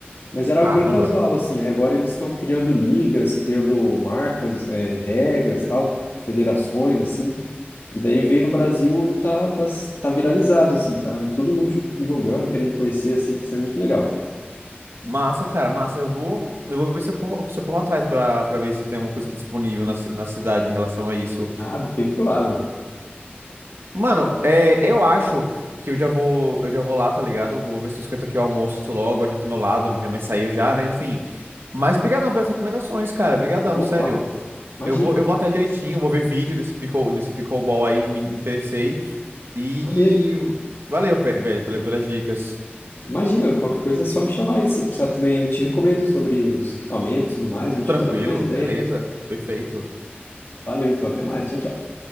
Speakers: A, on the left; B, on the right.
A: mas era
B: Caramba.
A: algo bem casual, assim. Aí agora eles estão criando ligas, criando marcas, é, regras, tal, federações, assim. E daí veio no Brasil, tá, tá, tá viralizado, assim, tá todo mundo jo- jogando, querendo conhecer, assim, tá sendo muito legal.
B: Massa, cara, massa. Eu vou, eu vou ver se eu corro, se eu corro atrás pra, pra ver se tem alguma coisa aqui disponível na, ci- na cidade em relação a isso.
A: Ah, bem provável.
B: Mano, é, eu acho que eu já vou, eu já vou lá, tá ligado? Vou ver se eu esquento aqui o almoço logo, adianto do meu lado, minha mãe saiu já, né? Enfim. Mas brigadão pelas recomendações, cara. Brigadão,
A: Opa!
B: sério.
A: Imagina,
B: Eu vou, eu vou atrás direitinho, vou ver vídeo desse pickle, desse pickleball aí, me interessei. E
A: maneiro.
B: valeu, pe- velho, pela- pelas dicas.
A: Imagina, qualquer coisa é só me chamar aí. Se precisar também, eu te recomendo sobre os equipamentos e tudo mais. A gente
B: Tranquilo,
A: troca mais ideia.
B: beleza, perfeito.
A: Valeu, então. Até mais. Tchau, tchau.